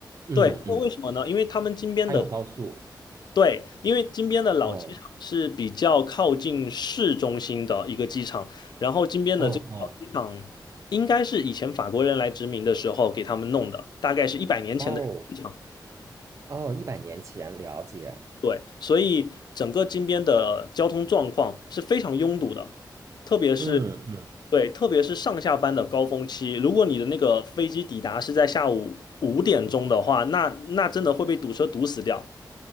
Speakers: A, on the right; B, on the left.
A: 嗯嗯。
B: 对，因为为什么呢？因为他们金边的
A: 它有高速。
B: 对，因为金边的老机场是比较靠近市中心的一个机场，
A: 哦，
B: 然后金边的这个老机场应该是以前法国人来殖民的时候给他们弄的，
A: 嗯嗯，
B: 大概是一百年前的机场。
A: 哦哦，一百年前了解。
B: 对，所以整个金边的交通状况是非常拥堵的，特别是
A: 嗯嗯，
B: 对，特别是上下班的高峰期，如果你的那个飞机抵达是在下午五点钟的话，那那真的会被堵车堵死掉。